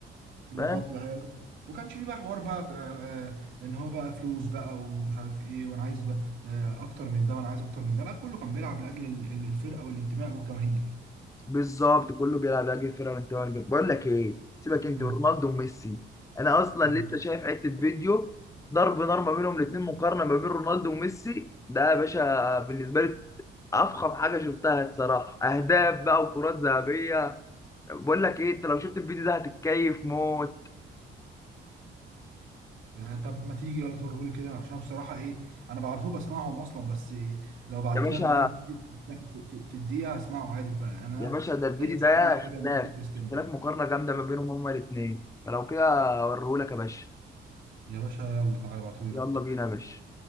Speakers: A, on the right; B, on the left.
A: بالظبط
B: فاهم
A: ده حقيقة وكانش فيه بقى حوار بقى آه، آه، ان هو بقى فلوس بقى ومش عارف ايه وانا عايز بقى آه، اكتر من ده وانا عايز اكتر من ده لا كله كان بيلعب لاجل ال- ال- الفرقة والانتماء والجماهير
B: بالظبط كله بيلعب لاجل الفرقه من تبع الجنب بقول لك ايه سيبك انت
A: مم.
B: ورونالدو وميسي انا اصلا
A: يعني
B: لسه شايف حته فيديو ضرب نار ما بينهم الاثنين مقارنه ما بين رونالدو وميسي ده يا باشا بالنسبه لي افخم حاجه شفتها الصراحه اهداف بقى وكرات ذهبيه بقول لك ايه انت لو شفت الفيديو ده هتتكيف موت
A: آه، طب ما تيجي يلا توريهولي كده عشان بصراحة ايه انا بعرف بسمعهم اصلا بس إيه لو بعت
B: يا باشا
A: لي 40 في, في, في في الدقيقة هسمعه عادي بقى انا
B: يا باشا ده الفيديو
A: دايس
B: ده
A: في اي حاجة
B: اختلاف
A: لميسي وكريستيانو
B: اختلاف مقارنة جامدة ما بينهم هما الاثنين فلو كده اوريهولك يا باشا
A: يا باشا يلا تعالى ابعتولي
B: يلا
A: دلوقتي
B: بينا يا باشا